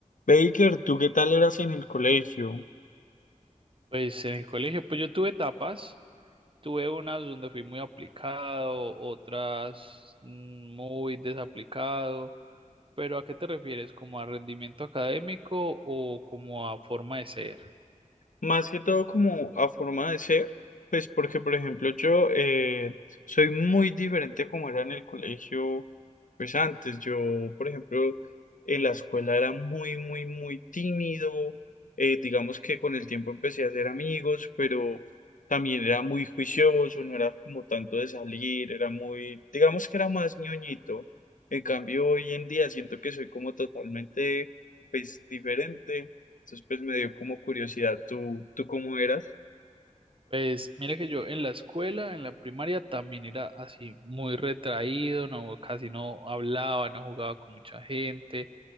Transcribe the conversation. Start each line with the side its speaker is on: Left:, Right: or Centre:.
Left: Baker, ¿tú qué tal eras en el colegio?
Right: Pues en el colegio, pues yo tuve etapas, tuve unas donde fui muy aplicado, otras mm, muy desaplicado, pero ¿a qué te refieres? ¿Como a rendimiento académico o como a forma de ser?
Left: Más que todo como a forma de ser, pues porque por ejemplo yo eh, soy muy diferente a como era en el colegio, pues antes yo por ejemplo en la escuela era muy muy muy tímido, eh, digamos que con el tiempo empecé a hacer amigos, pero también era muy juicioso, no era como tanto de salir, era muy, digamos que era más ñoñito, en cambio hoy en día siento que soy como totalmente pues diferente. Entonces, pues me dio como curiosidad tú, tú cómo eras.
Right: Pues mira que yo en la escuela, en la primaria también era así, muy retraído, no, casi no hablaba, no jugaba con mucha gente,